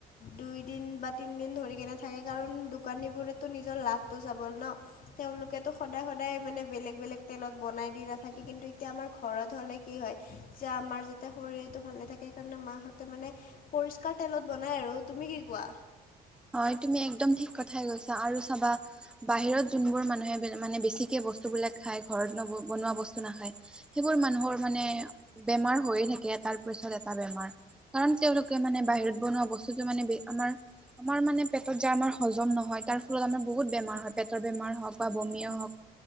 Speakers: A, on the left; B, in the centre.
A: দুই দিন বা তিন দিন ধৰি কেনে থাকে কাৰণ দোকানীবোৰ তটো নিজৰ লাভটো চাব ন তেওঁলোকেতটো সদায় সদায় মানে বেলেগ বেলেগ তেলত বনাই দি নাথাকে কিন্তু এতিয়া আমাৰ ঘৰত হলে কি হয় যে আমাৰ যাতে শৰীৰটো ভালে থাকে সেইকাৰণে মাহঁতে মানে পৰিষ্কাৰ তেলত বনাই আৰু তুমি কি কোৱা
B: হয় তুমি একদম ঠিক কথাই কৈছা আৰু চাবা বাহিৰত যোনবোৰ মানুহে মানে ঠিকে বস্তুবিলাক খাই ঘৰত বনোৱা বস্তু নাখায় সেইবোৰ মানুহৰ মানে বেমাৰ হৈয়ে থাকে তাৰপিছত এটা বেমাৰ কাৰণ তেওঁলোকে মানে বাহিৰত বনোৱা বস্তুটো মানে আমাৰ আমাৰ মানে পেটত যাৰ আমাৰ হজম নহয় তাৰ ফলত আমাৰ বহুত বেমাৰ হয় পেটৰ বেমাৰ হওঁক বা বমিয় হওক